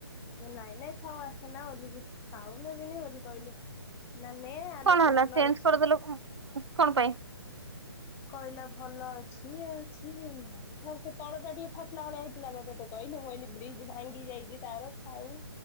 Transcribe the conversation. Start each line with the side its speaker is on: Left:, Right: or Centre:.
Left: ନାଇଁ ନାଇଁ ଥାଉ ଆସନା ବୋଲିକି ଥାଉ ନେବିନି ବୋଲି କହିଲି। ନା ଆଲେ
Right: କଣ
Left: ନେ
Right: ହେଲା
Left: ଭଲ
Right: ଚେଞ୍ଜ
Left: ଅଛି।
Right: କରିଦେଲ କଣ କଣ ପାଇଁ?
Left: କହିଲା ଭଲ ଅଛି ଇଏ ଅଛି ଇଏ ନାହିଁ। ଆଉ ସେ ତଳ ଟା ଟିକେ ଫାଟିଲା ଭଳିଆ ହେଇଥିଲା ବା ତତେ କହିଲି ମୁଁ କହିଲି ବ୍ରିଜ୍ ଭାଙ୍ଗି ଯାଇଛି ତାର ଥାଉ।